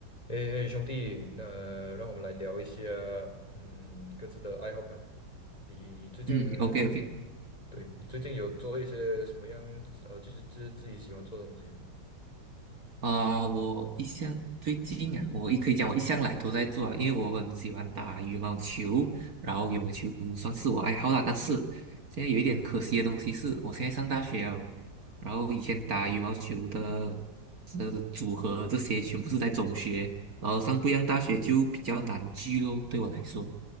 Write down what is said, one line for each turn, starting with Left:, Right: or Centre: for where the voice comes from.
Left: 诶，兄弟，那、让我们来聊一下，嗯，各自的爱好吧。你最近，
Right: 嗯，OK OK，
Left: 对，你最近有做一些什么样，呃，就是就是自己喜欢做的东西啊
Right: 啊、我一向最近啊，我也可以讲我一向来都在做啊，因为我很喜欢打羽毛球，然后羽毛球算是我爱好啦。但是现在有一点可惜的东西是，我现在上大学了，然后以前打羽毛球的这组合这些全部是在中学，然后上不一样大学就比较难聚咯，对我来说，